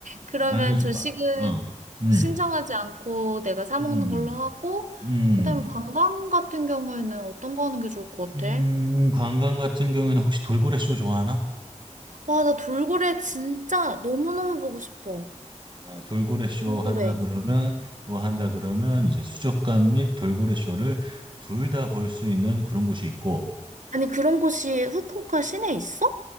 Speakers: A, on the right; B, on the right.
A: 그러면
B: 안 하는 게 좋아.
A: 조식은
B: 어, 음,
A: 신청하지 않고 내가 사
B: 음,
A: 먹는 걸로 하고,
B: 음,
A: 그다음에 관광 같은 경우에는 어떤 거 하는 게 좋을 것
B: 음.
A: 같아?
B: 음, 관광 같은 경우에는 혹시 돌고래 쇼 좋아하나?
A: 와, 나 돌고래 진짜 너무너무 보고 싶어.
B: 아, 돌고래 쇼
A: 돌고래.
B: 한다 그러면 뭐 한다 그러면 이제 수족관 및 돌고래 쇼를 둘 다 볼 수 있는 그런 곳이 있고.
A: 아니, 그런 곳이 후쿠오카 시내에 있어?